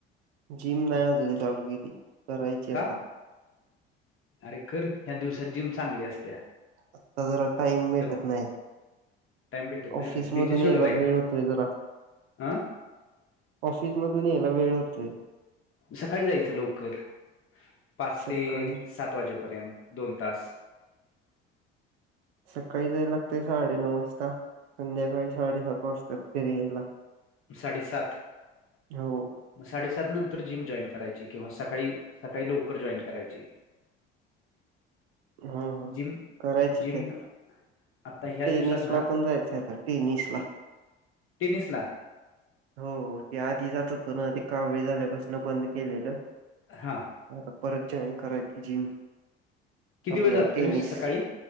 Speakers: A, on the right; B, on the left.
A: जिम नाही अजून चालू केली करायची
B: का
A: आता
B: अरे खर ह्या दिवसात जिम चांगली असत्या
A: आता जरा टाईम भेटत
B: तर
A: नाही
B: टाइम भेटत नाही
A: ऑफिसमधून
B: व्हय बिझी शेड्यूल
A: यायला
B: आहे
A: वेळ
B: का
A: होतोय जरा
B: अ
A: ऑफिस मधून यायला वेळ होतोय
B: सकाळी जायचं लवकर पाच
A: सकाळी
B: ते सात वाजेपर्यंत दोन तास
A: सकाळी जाय लागते साडेनऊ वाजता संध्याकाळी साडेसात वाजताात घरी यायला
B: साडे सात
A: हो
B: मग साडेसात नंतर जिम जॉईन करायची किंवा सकाळी सकाळी लवकर जॉईन करायची
A: हा हा.
B: जिम
A: करायची
B: जिम
A: की आता
B: आता ह्या
A: टेनिस
B: दिवसात ना
A: ला पण जायचं आता टेनिस ला
B: टेनिसला
A: हो ते आधी जात होतो ना आधी कावळे झाल्यापासून बंद केलेलं
B: हां
A: ह परत जॉईन करायची जिम
B: किती
A: आपलं
B: वेळ जातोय
A: टेनिस
B: सकाळी